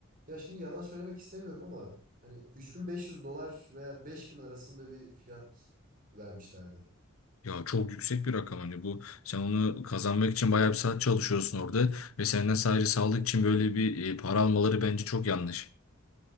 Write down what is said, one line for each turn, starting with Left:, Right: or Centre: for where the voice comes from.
Right: Ya şimdi yalan söylemek istemiyorum ama hani 3500 dolar veya 5000 arasında bir fiyat vermişlerdi.
Left: Ya çok yüksek bir rakam hani bu sen onu kazanmak için bayağı bir saat çalışıyorsun orada ve senden sadece sağlık için böyle bir e, para almaları bence çok yanlış.